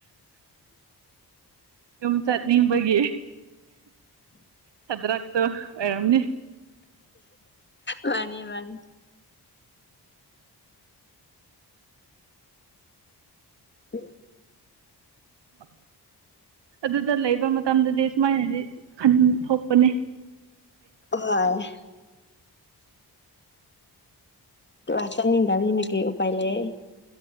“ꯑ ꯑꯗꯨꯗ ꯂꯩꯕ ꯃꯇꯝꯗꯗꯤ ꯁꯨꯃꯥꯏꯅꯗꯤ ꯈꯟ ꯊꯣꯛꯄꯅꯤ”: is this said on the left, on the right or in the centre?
Right